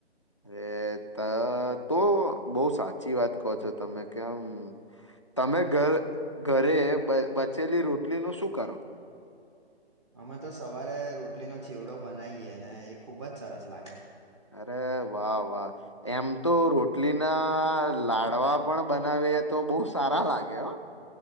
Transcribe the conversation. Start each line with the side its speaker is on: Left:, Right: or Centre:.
Left: અરે તા તો બહુ સાચી વાત કહો છો તમે કે આમ તમે ઘર ઘરે બ-બચેલી રોટલીનું શું કરો?
Right: અમે તો સવારે રોટલીનો ચીવડો બનાવીએ ને એ ખુબ જ સરસ લાગે.
Left: અરે વાહ વાહ એમ તો રોટલીના લાડવા પણ બનાવીએ તો બહુ સારા લાગે હા.